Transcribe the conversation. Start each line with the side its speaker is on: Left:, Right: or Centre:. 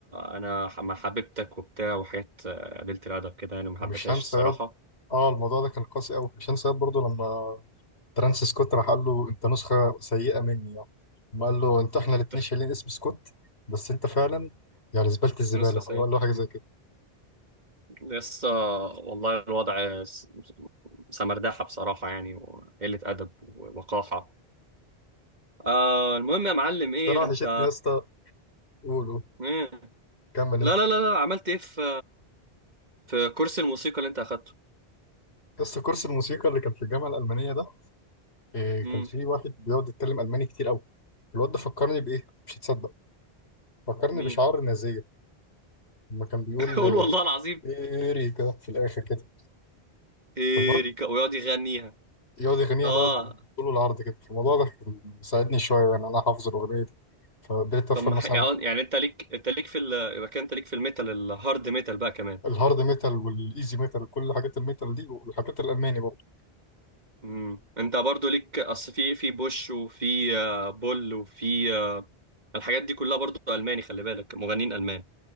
Right: انا ح- ما حبيبتك وبتاع وحاجات آه، قليلة الادب كده يعني ما
Left: ومش
Right: حبيتهاش
Left: هنسى
Right: الصراحه
Left: ياد اه الموضوع ده كان قاسي قوي مش هنسى ياد برضه لما ترانس سكوت راح قال له انت نسخه سيئه مني يعني ما قال له انت
Right: <laughs>
Left: احنا
Right: انت
Left: الاثنين شايلين اسم سكوت بس انت فعلا يعني زباله الزباله
Right: نسخه سيئه
Left: هو قال له حاجه
Right: مم.
Left: زي كده
Right: لسه والله الوضع س- سمرداحه بصراحه يعني وقله ادب ووقاحه آه المهم يا معلم ايه
Left: انا وحشتني
Right: انت
Left: يا اسطى قول قول
Right: ايه
Left: كمل انت
Right: لا لا لا لا عملت ايه في في كورس الموسيقى اللي انت اخدته
Left: يا اسطى كورس الموسيقى اللي كان في الجامعه الالمانيه ده إيه كان
Right: امم
Left: في واحد بيقعد يتكلم الماني كتير قوي الواد ده فكرني بايه مش هتصدق فكرني
Right: مين
Left: بشعار النازيه لما كان بيقول
Right: <laughs> قول
Left: آه،
Right: والله العظيم
Left: ايريكا في الاخر كده
Right: ايريكا
Left: المهم
Right: ويقعد يغنيها
Left: يقعد يغنيها
Right: اه
Left: بقى بالطول والعرض كده الموضوع ده كان مساعدني شويه يعني انا حافظ الاغنيه دي فقدرت افهم
Right: طب ما
Left: مثلا
Right: ح- يعني انت ليك انت ليك في ال... يبقى كده انت ليك في الميتال الهارد ميتال بقى كمان
Left: الهارد ميتال والايزي ميتال كل حاجات الميتال دي والحاجات الالماني برضه
Right: امم انت برضو ليك اصل في في بوش وفي آه، بول وفي آه، الحاجات دي كلها برضو الماني خلي بالك مغنيين المان